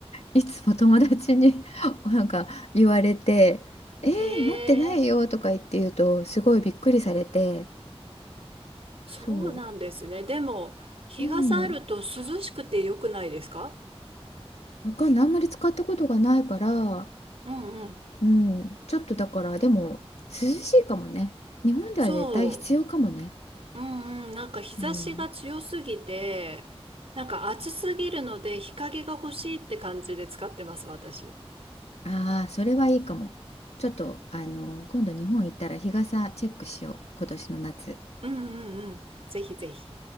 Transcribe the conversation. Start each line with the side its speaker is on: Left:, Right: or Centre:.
Left: いつも友達に <laughs> なんか言われて「えー、
Right: へえ。
Left: 持ってないよ」とか言って言うとすごいびっくりされて
Right: そうなんですね。
Left: そう、
Right: でも、日傘あると涼しくて良くないですか
Left: うん、わかんないあんまり使ったことがないから、
Right: うんうん。
Left: うん、ちょっとだからでも涼しいかもね日本では絶対必要かもね、
Right: そう。うんうん。なんか日差しが強すぎて、
Left: うん、
Right: なんか暑すぎるので日陰が欲しいって感じで使ってます、私。
Left: ああそれはいいかもちょっとあの今度日本行ったら日傘チェックしよう今年の夏。
Right: うんうんうん。ぜひぜひ。